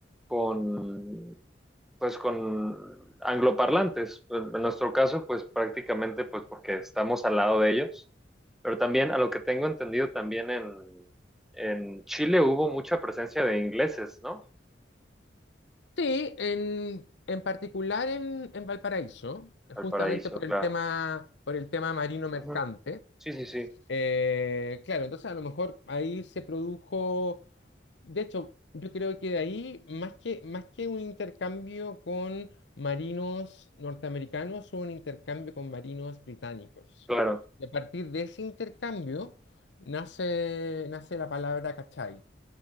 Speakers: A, in the centre; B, on the left (about 80°).
A: con pues con angloparlantes. En nuestro caso, pues prácticamente pues porque estamos al lado de ellos. Pero también, a lo que tengo entendido, también en, en Chile hubo mucha presencia de ingleses, ¿no?
B: Sí, en, en particular en, en Valparaíso,
A: Al
B: justamente
A: paraíso,
B: por
A: claro.
B: el tema, por el tema marino mercante.
A: Ujú. Sí, sí, sí,
B: Eh, claro, entonces a lo mejor ahí se produjo, de hecho, yo creo que de ahí, más que, más que un intercambio con marinos norteamericanos, hubo un intercambio con marinos británicos.
A: claro.
B: Y a partir de ese intercambio nace, nace la palabra cachai.